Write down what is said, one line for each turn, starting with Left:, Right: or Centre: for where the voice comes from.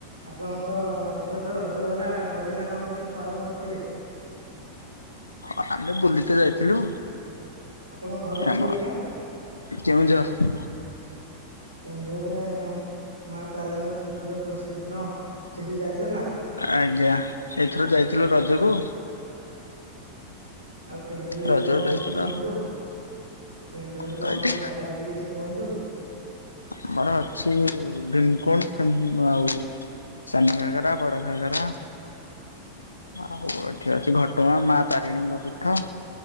Right: ଆପଣଙ୍କର ଏଥର ତ ରଜ ଗଲା ରଜ ଟା କଣ କେମିତି ପାଳନ କରିଥିଲେ।
Left: ହଁ ଆମେ ବୁଲିତ ଯାଇଥିଲୁ।
Right: ଆପଣଙ୍କ ଘର କୋଉଠି
Left: ଆମ
Right: ଆଜ୍ଞା
Left: କେଉଁଝର୍।
Right: କେଁଝରରେ ମା ତାରିଣୀ ଙ୍କ ପୀଠ ତ ପ୍ରସିଦ୍ଧ ସେଠିକି ଯାଇଛନ୍ତି ନା?
Left: ଆଜ୍ଞା ଏଇଥର ଯାଇଥିଲୁ ରଜକୁ
Right: ଆଉ କେଉଁଝର ବିଷୟରେ
Left: ରଜକୁ
Right: କଣ
Left: ଯାଇଥିଲୁ
Right: କିଛି କୁହନ୍ତୁ କେଉଁଝରରେ
Left: ତ
Right: କଣ
Left: ଏଠି
Right: କଣ ଜାଗା ଅଛି? କିଛି କୁହନ୍ତୁ?
Left: ଆମର ଅଛି ଭୀମକୁଣ୍ଡ ଆଉ ସାନ ଘାଗରା ବଡ ଘାଗରା। ଆଉ ଏଠି ଅଛି ଘଟଗାଁ ମା ତାରିଣୀଙ୍କ ପୀଠ।